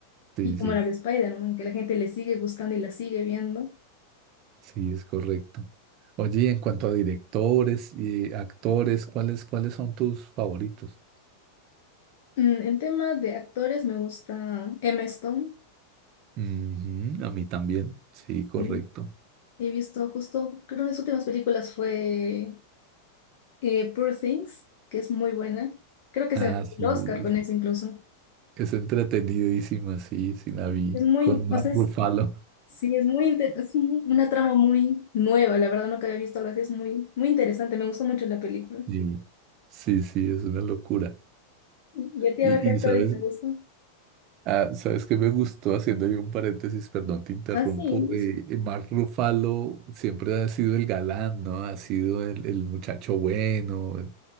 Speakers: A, on the right; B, on the left.
A: sí,
B: y como
A: sí.
B: las de Spider-Man, que la gente le sigue gustando y las sigue viendo.
A: Sí, es correcto. Oye, y en cuanto a directores y actores, ¿cuáles, cuáles son tus favoritos?
B: Mm, En tema de actores me gusta Emma Stone.
A: Ujú, a mí también, sí, correcto.
B: Sí. He visto justo, creo que de sus últimas películas fue eh, Poor Things, que es muy buena. Creo que
A: Ah,
B: se ganó
A: sí,
B: el Oscar con
A: sí,
B: eso incluso.
A: es entretenidísima, sí, sí la vi,
B: Es muy,
A: con Mark
B: o sea, es-
A: Ruffalo.
B: sí, es muy, inter- es un- una trama muy nueva, la verdad nunca había visto algo así, es muy, muy interesante, me gustó mucho la película.
A: Sí, sí, sí, es una locura.
B: Y, y a ti,
A: Y,
B: a ver qué actores
A: y sabes,
B: te gustan.
A: ah, sabes que me gustó, haciendo yo un paréntesis, perdón, te interrumpo,
B: Ah, sí,
A: eh,
B: es,
A: Mark Ruffalo siempre ha sido el galán, ¿no? Ha sido el, el muchacho bueno,